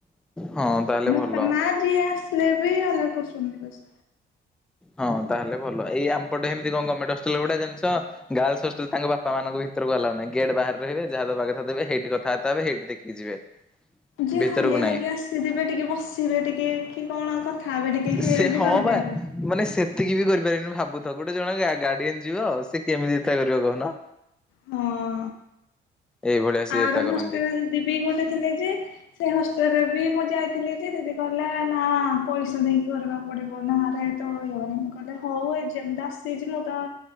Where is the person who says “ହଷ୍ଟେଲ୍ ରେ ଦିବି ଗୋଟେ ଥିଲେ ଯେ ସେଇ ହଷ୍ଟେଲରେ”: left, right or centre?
Left